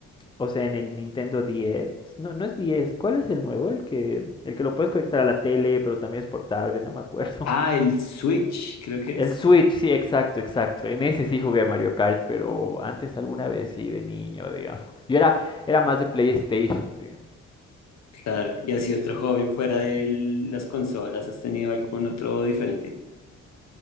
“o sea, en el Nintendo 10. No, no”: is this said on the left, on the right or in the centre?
Left